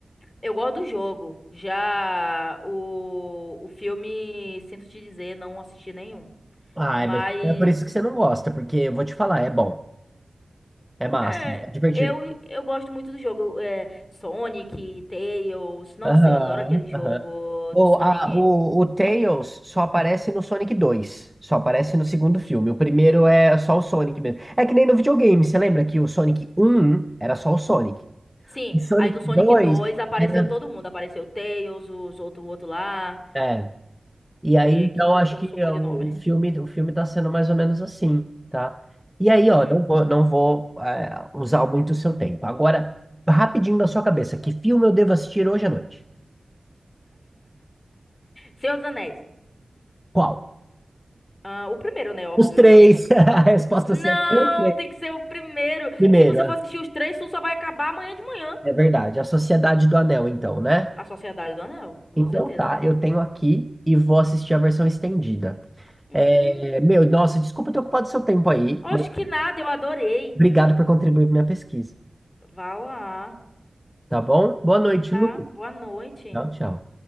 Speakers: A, on the left; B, in the centre.
A: Eu gosto do jogo. Já o, o filme, sinto te dizer, não assisti nenhum.
B: Ai,
A: Mas
B: mas é por isso que você não gosta, porque eu vou te falar, é bom, é massa,
A: é,
B: é divertido.
A: eu, eu gosto muito do jogo. É, Sonic, Tails. Nossa,
B: Aham,
A: eu adoro aquele jogo
B: aham. O,
A: do Sonic.
B: a- o, o Tails só aparece no Sonic dois só aparece no segundo filme. O primeiro é só o Sonic mesmo. É que nem no videogame, você lembra que o Sonic um era só o Sonic?
A: Sim,
B: O Sonic
A: aí no Sonic
B: 2
A: 2 apareceu
B: era.
A: todo mundo. Apareceu o Tails, os outro, o outro lá.
B: é, E aí,
A: É,
B: então,
A: que,
B: acho
A: que eu
B: que
A: não sou boa
B: é o,
A: de nome.
B: o filme, o filme tá sendo mais ou menos assim, tá? E aí,
A: Hum.
B: ó, não vou, não vou, é, usar muito o seu tempo. Agora, rapidinho na sua cabeça, que filme eu devo assistir hoje à noite?
A: Senhor dos Anéis.
B: Qual?
A: Ah, o primeiro, né? Óbvio,
B: Os três!
A: tem que.
B: <laughs> A resposta
A: Não,
B: certa é os três.
A: tem que ser o primeiro.
B: Primeiro,
A: Se você
B: ah,
A: for assistir os três, tu só vai acabar amanhã de manhã.
B: é verdade, A Sociedade do Anel, então, né?
A: A Sociedade do Anel, com
B: Então
A: certeza.
B: tá, eu tenho aqui e vou assistir a versão estendida.
A: Hum.
B: É, meu, nossa, desculpa ter ocupado seu tempo aí,
A: Oxe,
B: mas
A: que nada, eu adorei.
B: obrigado por contribuir para minha pesquisa,
A: Vá lá.
B: tá bom? Boa noite,
A: Tá?
B: Lu.
A: Boa noite.
B: Tchau, tchau.